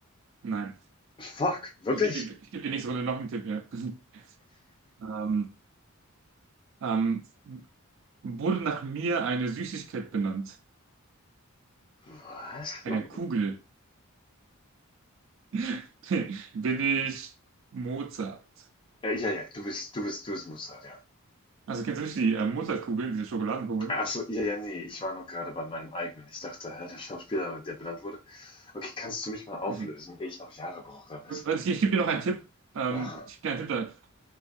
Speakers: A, on the right (about 60°); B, on the left (about 20°).
A: nein.
B: Fuck, wirklich?
A: Ich gebe dir, ich geb dir nächste Runde noch einen Tipp, ja. <laughs> Ähm, ähm, wurde nach mir eine Süßigkeit benannt?
B: Was?
A: Eine
B: No
A: Kugel. <laughs> Bin ich Mozart?
B: äh, ja, ja, du bist du bist du bist Mossad, ja.
A: Also kennst du nicht die äh, Mozartkugeln, diese Schokoladenkugeln?
B: Ach so, ja, ja, nee, ich war noch gerade bei meinem eigenen. Ich dachte, hä, der Schauspieler, der benannt wurde. Okay, kannst du mich mal auflösen,
A: Also,
B: ehe ich noch Jahre brauche damit?
A: also ich, ich gebe dir noch einen Tipp. Ähm,
B: Aha.
A: ich gebe dir einen Tipp da.